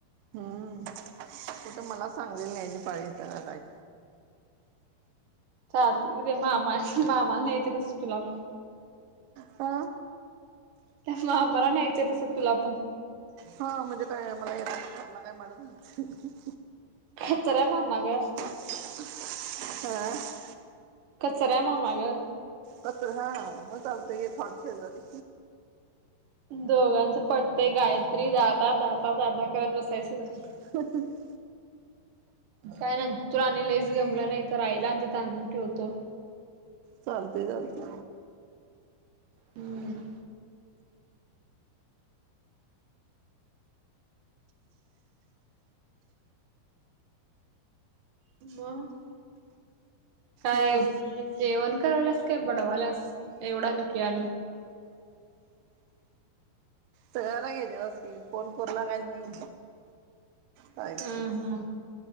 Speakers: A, on the right; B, on the right.
A: हम्म कुठं मला सांगली न्यायची पाळी येत्या का काय.
B: चालते कि ते मामा अस मामाल न्यायचंस तुला पण.
A: का
B: त्यामुळे आम्हाला न्यायचंय तसं तुला पण.
A: हा म्हणजे काय मला येता काय. <unintelligible>
B: खतरा मामा गं.
A: <unintelligible>
B: कचरा मामा गं.
A: कचरा हा हा मग चालते गं फडशे जरी.
B: दोघांचं पटते गायत्री जाता जाता दादा करत बसायचं ते.
A: <unintelligible>
B: काय नाही न तू रा आणि लईस गेमला नाही तर राहीला आणि तिथं आणून ठेवतो.
A: चालतोय चालते.
B: हम्म. म. काय
A: हा
B: जेवण करायलास काय बडवालास एवढा हाय की आले.
A: तारयला घ्याच्या असतील फोन कोर गाल नाही काय
B: हम्म
A: करायच.